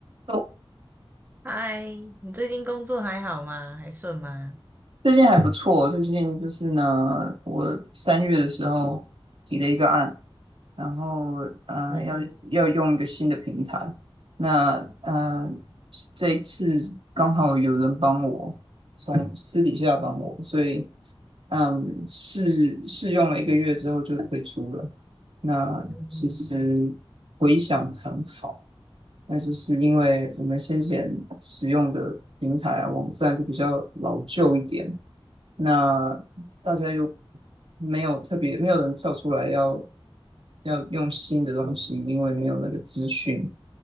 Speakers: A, on the right (about 65°); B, on the right (about 20°).
A: 哦
B: 嗨，你最近工作还好吗？还顺吗？
A: 最近还不错，最近就是呢，我三月的时候提了一个案，然后呃要要用一个新的平台，
B: 嗯
A: 那呃这一次刚好有人帮我，从私底下帮我，所以嗯试试用了一个月之后就退出了。那其实回想很好，
B: 嗯
A: 那就是因为我们先前使用的平台啊网站就比较老旧一点。那大家又没有特别，没有人跳出来要要用新的东西，因为没有那个资讯，